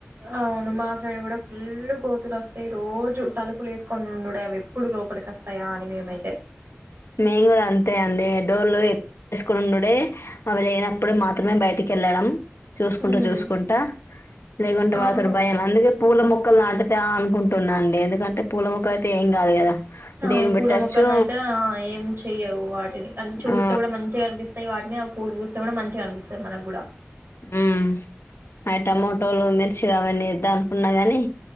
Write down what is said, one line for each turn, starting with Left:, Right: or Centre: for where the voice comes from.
Right: అవును మా సైడ్ కూడా ఫుల్ కోతులు వస్తాయి రోజు తలుపులు వేసుకొని ఉండు అవి ఎప్పుడు లో అప్పటికి వస్తాయా అని మేమైతే
Left: మేం కూడా అంతే అండి డోర్లు వేసుకు ఉండుడే అవి లేనప్పుడు మాత్రమే బయటికి వెళ్ళడం చూసుకుంటా
Right: ఉమ్
Left: చూసుకుంటా లేకుంటే
Right: అవును
Left: వాళ్ళతో భయం అందుకే పూల మొక్కలు నాటితే అనుకుంటున్నా అండి ఎందుకంటే పూల మొక్కలు అయితే ఏం కాదు కదా
Right: అవును
Left: దేవునికి
Right: పూల
Left: పెట్టచ్చు
Right: మొక్కలని అయితే ఏం చెయ్యవు వాటిని అంటే చూస్తే
Left: ఆ
Right: కూడా మంచిగా అనిపిస్తుంది ఇక వాటినేపూలు పూస్తే కూడా మంచిగా అనిపిస్తంది మనకు కూడ
Left: హ్మ్మ్ అ టమాటోలు మిర్చి అవన్నీ లేదా ఏద్దాంఅనుకున్నా గాని